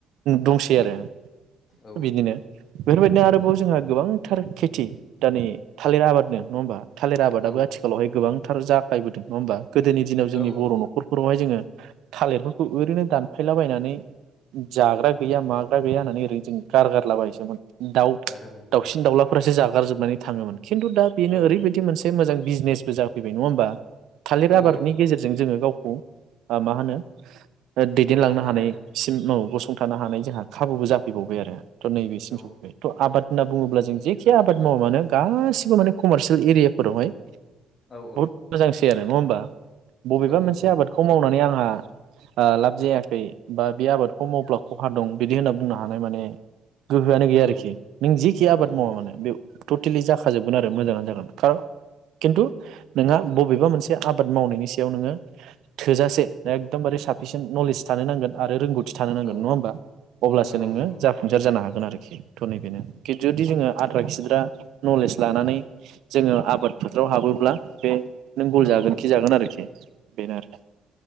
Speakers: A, on the right; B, on the left.
A: दंसै आरो।
B: औ
A: बिदिनो बेफोरबायदिनो आरोबाव जोंहा गोबां। टार खेथि दा नै थालिर आबादनो नङाबा। थालिर आबादाबो
B: औ
A: आथिखालावहाय गोबां फोथार जाखायबोदों नङा होमबा! गोदोनि दिनाव जोंनि
B: औ
A: बर' न'खरफोरावहाय जोङो थालिरफोरखौ ओरैनो दान फायलाबायायनानै जाग्रा गैया माग्रा गैया होननानै गारगारलाबायोसोमोन दाउ
B: रोमोन
A: दाउसिन दाउलाफोरासो जागोन हागारजोबनानै थाङोमोन खिन्थु दा बेनो
B: औ
A: ओरैबायदि मोनसे मोजां बिजनेसबो जाफैबाय नङा होमबा थालिर
B: औ
A: आबादनि
B: औ
A: गेजेरजों जोङो गाव मा होनो। दैदेनलांनो
B: गसंथानो
A: हानायसिम
B: हायो
A: बुस्थु फुंथानो हानाय जोंहा खाबुबो जाफैबावबाय आरो। थ' नैबेसिम
B: औ
A: सफैबाय थ' आबाद। होनना बुङोब्ला जों जेखि आबाद मावा मानो गासिबो माने कमारसियेल एरियाफोरावहाय
B: औ
A: बहुद मोजांसै आरो नङा होमबा बबेबा
B: औ
A: मोनसे
B: नंगौ
A: आबादखौ
B: नंगौ
A: मावनानै आंहा आ लाब जायाखै बा। बे आबादखौ मावब्ला खहा दं बिदि होनना बुंनो हानाय माने गोहोआनो गैया
B: औ
A: आरोखि नों जिखि आबाद
B: औ
A: मावा
B: औ
A: मानोे बे टटेलि जाखाजोबगोन आ दा मोजाङानो जागोन खार खिन्थु नोंहा बबेबा मोनसे आबाद मावनायनि सायाव नोङो थोजासे एकदमबारे साफिसिन्ट नलेज थानो नांगोन आरो रोंगौथि थानो नांगोन
B: औ
A: नङा होमबा अब्लासो
B: नंगौ
A: नोङो
B: नंगौ
A: जाफुंसार जानो हागोन। गोन आरोखि थ' नैबेनो खिद जुदि जोङो आद्रा खिद्रा नलेज लानानै जोङो आबाद फोथाराव हाबोब्ला बे नों गल
B: औ
A: जागोन खि जागोन आरोखि बेनो आरो